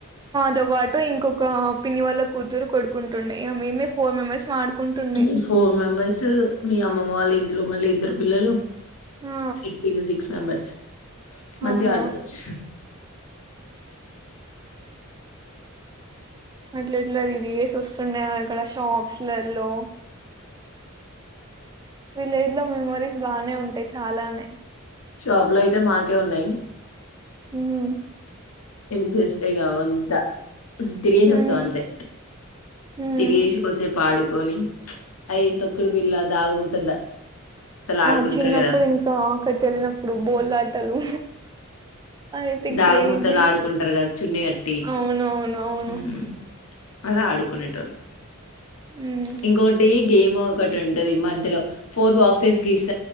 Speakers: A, on the right; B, on the left.
A: తో పాటు ఇంకొక పిన్ని వాళ్ళ కూతురు కొడుకుంటుండ మేమే ఫోర్ మెంబెర్స్ ఆడుకుంటుండే
B: మీ ఫోర్ మెంబర్స్ మీ అమ్మమ్మ వాళ్ళ ఇంట్లో మళ్ళీ ఇద్దరు పిల్లలు
A: ఆ
B: సిటీ సిక్స్ మెంబర్స్ మంచిగా
A: ఆహా
B: ఆడుకోవచ్చు.
A: అట్ల ఇట్లా అది ఇది తిరిగేసి వస్తుండా ఇక్కడ షాప్స్లలో విలేజ్ లో మెమోరీస్ బాగానే ఉంటాయి చాలానే
B: షాప్ లో అయితే మాకే ఉన్నాయి
A: ఉమ్
B: ఇం చేస్తే కావుంది తిరిగేసి
A: ఉమ్
B: వాస్తవ అంతే
A: ఉమ్
B: తిరగేసి కొన్సేపు ఆడ ఆడుకొని అయి తొక్కుడు బిళ్ళ దాగుడుమూతలు
A: ఆ
B: ఆడుకుంటారు
A: చిన్నప్పుడు
B: కదా!
A: ఇంకా అక్కడికిళ్లినప్పుడు బోలాటలు అయితే
B: దాగుడుమూతలు
A: క్రేజీ
B: ఆడుకుంటారు కదా! చున్నీ కట్టి
A: అవునవును అవును
B: హ్మ్. అలా ఆడుకునేట వాళ్ళు
A: ఉమ్
B: ఇంకోటి గేమ్ ఒకటి ఉండి మధ్యలో ఫోర్ బాక్సెస్ గీసి